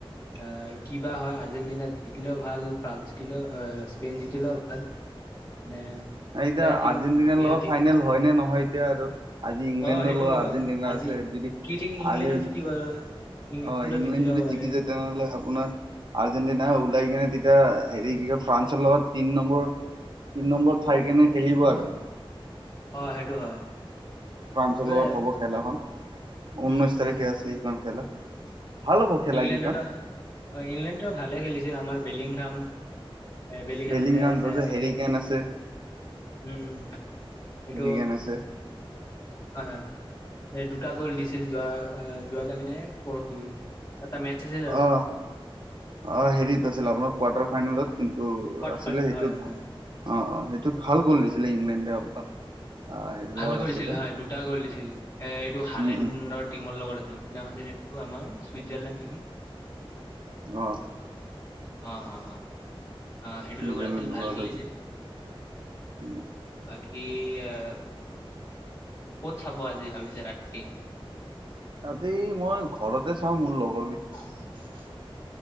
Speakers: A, on the left; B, on the right.
A: আহ কিবা হয় আৰ্জেণ্টিনা জিকিলেও ভাল ফ্ৰান্স জিকিলও অ স্পেইন জিকিলেও ভাল মানে
B: এ
A: দুটাই
B: এতিয়া
A: টিম
B: আৰ্জেণ্টিনাৰ
A: ধুনীয়া
B: লগত
A: টিম
B: ফাইনেল হয় নে নহয় এতিয়া আৰু আজি ইংলেণ্ডৰ
A: অ সেইটোও
B: লগত
A: হয়
B: আৰ্জেণ্টিনাৰ
A: আজি
B: আছে যদি
A: কি ঠিক ইংলেণ্ডো
B: আজি
A: জিকি গ'ল ইংলেণ্ডো
B: অ ইংলেণ্ড
A: জিকি যাব
B: যদি
A: পাৰে।
B: যায় তেনেহ'লে আপোনাৰ আৰ্জেণ্টিনা উওলাই কিনে তেতিয়া হেৰি কি কয় ফ্ৰান্সৰ লগত তিন নম্বৰ তিন নম্বৰ উঠাই কেনে খেলিব আৰু।
A: অ সেইটো হয়।
B: ফ্ৰান্সৰ
A: সেইটোয়ে
B: লগত হ'ব খেল এখন ঊনৈশ
A: উম
B: তাৰিখে আছে সেইখন খেলা। ভাল হ'ব খেলা
A: ইংলেণ্ডতো
B: কেইখন
A: অ ইংলেণ্ডতো ভালে খেলিছিল আমাৰ বেলিংহাম এ বেলিগামাজে
B: বেলিংগাম
A: আছে
B: তাৰপিছত হেৰিকেন আছে
A: উম এইটো
B: হেৰিকেন আছে
A: হয় হয় এ দুটা গোল দিছিল যোৱা আ যোৱাকালি নে পৰহি এটা মেটচ আছে
B: অ অ হেৰিত আছিল আপোনাৰ কোৱাৰ্টাৰ ফাইনেলত যোনটো
A: কোৱাৰ্টাৰ
B: আছিলে
A: ফাইনেল
B: সেইটোত
A: হয় হয় হয়
B: আহ সেইটোত ভাল গোল দিছিলে ইংলেণ্ডে <unintelligible> হেৰি
A: ভাল
B: লগত
A: কৰিছিল
B: আছিলে
A: হয় দুটা গোল দিছিল এ এইটো হালেণ্ডত
B: উম উম
A: টিমলৰ লগত আছিল কি নাম আছিল এইটো আমাৰ ছুইজাৰলেণ্ড নেকি
B: অহ
A: অ অ অ সেইটো
B: চুইজাৰলেণ্ডৰ
A: লগত আছিল ভাল
B: লগত
A: খেলিছিল।
B: আছিলে উম
A: বাকী আহ ক'ত চাব আজি ভাবিছে ৰাতি
B: আজি মই ঘৰতে চাওঁ মোৰ লগৰ বি
A: উ